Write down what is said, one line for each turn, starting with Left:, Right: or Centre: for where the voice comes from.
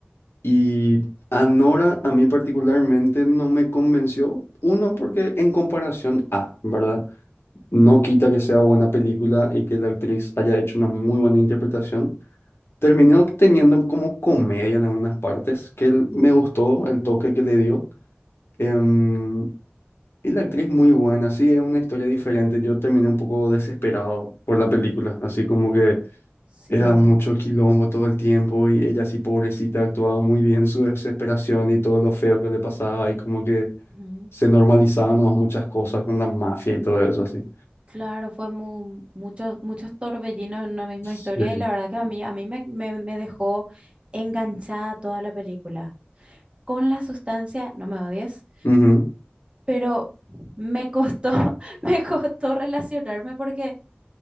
Left: Y Anora a mí particularmente no me convenció. Uno, porque en comparación a, ¿verdad? No quita que sea buena película y que la actriz haya hecho una muy buena interpretación. Terminó teniendo como comedia en algunas partes, que el- me gustó el toque que le dio. Em, y la actriz muy buena, sí, es una historia diferente. Yo terminé un poco desesperado por la película, así como que
Right: Sí,
Left: era mucho quilombo todo el tiempo y ella así pobrecita actuaba muy bien su desesperación y todo lo feo que le pasaba y como que
Right: Ujú.
Left: se normalizaban nomás muchas cosas con la mafia y todo eso así.
Right: Claro, fue mu- muchos, muchos torbellinos en una misma
Left: Sí.
Right: historia y la verdad que a mí, a mí me, me- me dejó enganchada toda la película. Con la sustancia, no me odies,
Left: Ujú.
Right: pero me costó, <laughs> me costó relacionarme porque